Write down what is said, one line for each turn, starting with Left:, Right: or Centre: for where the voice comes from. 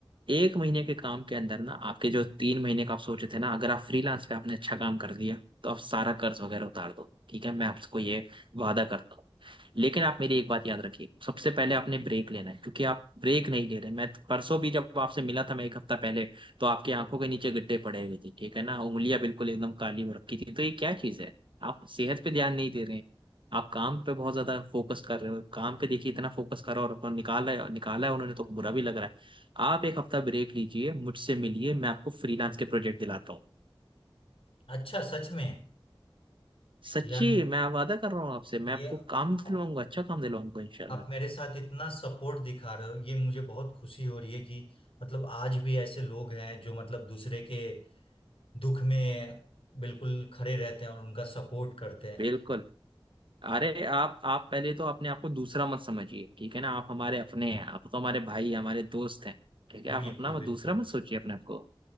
Right: एक महीने के काम के अंदर ना आपके जो तीन महीने का आप सोचे थे ना अगर आप फ्रीलांस पे आपने अच्छा काम कर लिया तो आप सारा कर्ज वगैरह उतार दो ठीक है मैं आपको ये वादा करता हूँ लेकिन आप मेरी एक बात याद रखिए सबसे पहले आपने ब्रेक लेना है क्योंकि आप ब्रेक नहीं ले रहे मैं परसों भी जब आपसे मिला था मैं एक हफ्ता पहले तो आपकी आंखों के नीचे गड्ढे पड़े हुए थे ठीक है ना उंगलियां बिल्कुल एकदम काली हो रखी थी तो ये क्या चीज है आप सेहत पे ध्यान नहीं दे रहे हैं आप काम पे बहुत ज्यादा फोकस कर रहे हो काम पे देखिए इतना फोकस कर रहे हो और अपन निकाला है निकाला है उन्होंने तो बुरा भी लग रहा है आप एक हफ्ता ब्रेक लीजिए मुझसे मिलिए मैं आपको फ्रीलांस के प्रोजेक्ट दिलाता हूँ
Left: अच्छा सच में
Right: सच्ची
Left: यार
Right: मैं वादा कर रहा हूँ आपसे
Left: ये
Right: मैं आपको काम
Left: आप,
Right: दिलवाऊंगा अच्छा काम दिलवाऊंगा इंशाल्लाह
Left: आप मेरे साथ इतना सपोर्ट दिखा रहे हो ये मुझे बहुत खुशी हो रही है कि मतलब आज भी ऐसे लोग हैं जो मतलब दूसरे के दुख में बिल्कुल खड़े रहते हैं और उनका सपोर्ट करते हैं
Right: बिल्कुल अरे आप आप पहले तो अपने आप को दूसरा मत समझिए ठीक है ना आप हमारे अपने हैं आप तो हमारे भाई हमारे दोस्त हैं ठीक है आप
Left: बिल्कुल
Right: अपना मत
Left: बिल्कुल
Right: दूसरा मत सोचिए अपने आप को